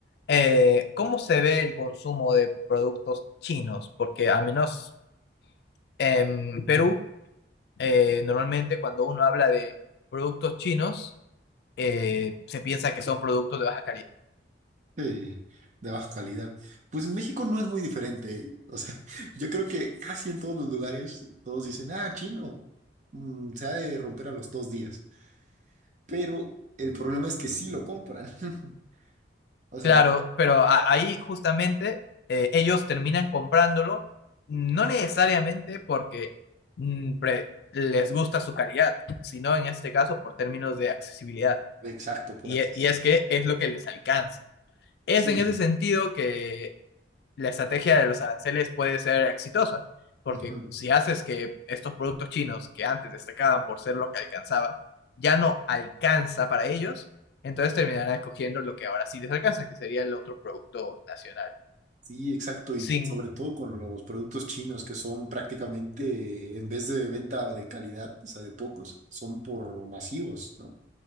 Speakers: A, on the left; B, on the right.
A: eh, ¿cómo se ve el consumo de productos chinos? Porque al menos en Perú, eh, normalmente cuando uno habla de productos chinos, eh, se piensa que son productos de baja calidad.
B: eh, de baja calidad. Pues en México no es muy diferente, ¿eh? O sea, <laughs> yo creo que casi en todos los lugares todos dicen, ah, chino, mm, se ha de romper a los dos días. pero el problema es que sí lo compran. <laughs> O sea,
A: Claro, pero a- ahí justamente eh, ellos terminan comprándolo, no necesariamente porque mm, pre- les gusta su calidad, sino en este caso por términos de accesibilidad.
B: Exacto, por
A: Y,
B: accesible.
A: e- y es que es lo que les alcanza. Es
B: sí.
A: en ese sentido que la estrategia de los aranceles puede ser exitosa, porque
B: ujú,
A: si haces que estos productos chinos que antes destacaban por ser lo que alcanzaba, ya no alcanza para ellos, entonces terminarán escogiendo lo que ahora sí les alcanza, que sería el otro producto nacional,
B: Sí, exacto. Y
A: sin
B: sobre todo con los productos chinos que son prácticamente, en vez de venta de calidad, o sea, de pocos, son por masivos, ¿no?